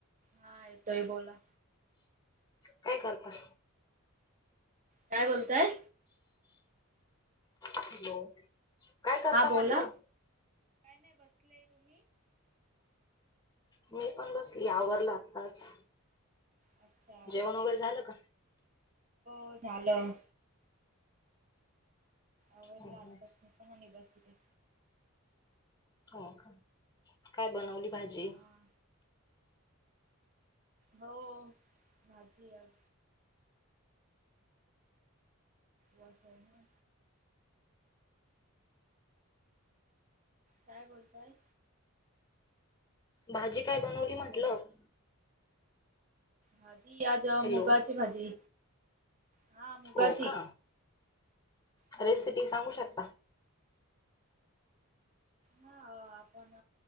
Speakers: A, on the right; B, on the left.
A: हा येतोय बोला.
B: काय करताय?
A: काय बोलताय?
B: हॅलो, काय करता
A: हा
B: म्हंटलं
A: बोला.
B: मी पण बसली आवरला आताच
A: अच्छा
B: जेवण वगैरे झालं का.
A: हो झालं. आवरला
B: हं
A: आत्ता
B: हं.
A: नी मी पण बसले.
B: हो का काय बनवली भाजी?
A: हा हो भाझी आज. ब स आहे ना. काय बोलताय?
B: भाजी काय बनवली म्हटलं.
A: हॅलो भाजी आज
B: हॅलो
A: मुगाची भाजी हा मुगाची.
B: हो का
A: हा
B: रेसिपी सांगू शकता?
A: हा आपण